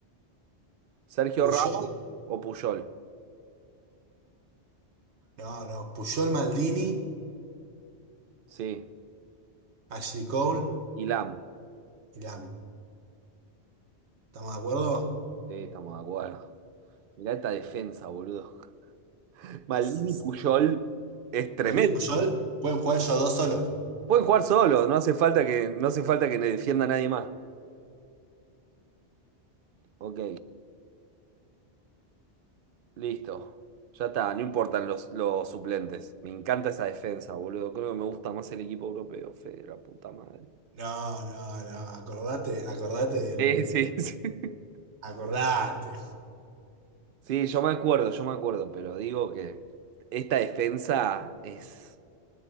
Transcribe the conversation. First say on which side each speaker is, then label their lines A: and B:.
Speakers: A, on the right; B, on the right.
A: Sergio
B: Puyol.
A: Ramos o Puyol.
B: No, no. Puyol, Maldini,
A: Sí.
B: Ashley Cole
A: Y Lam.
B: y Lam. ¿Estamos de acuerdo?
A: Sí, estamos de acuerdo. Mirá esta defensa, boludo. <laughs> Maldini
B: Asesino.
A: y Puyol es tremendo.
B: Maldini y Puyol pueden jugar ellos dos solos.
A: Pueden jugar solo, no hace falta que, no hace falta que le defienda a nadie más. Ok, listo. Ya está, no importan los, los suplentes. Me encanta esa defensa, boludo. Creo que me gusta más el equipo europeo, Fede, la puta madre.
B: No, no, no. Acordate, acordate del.
A: Sí, sí, sí. <laughs>
B: Acordate.
A: Sí, yo me acuerdo, yo me acuerdo, pero digo que esta defensa es,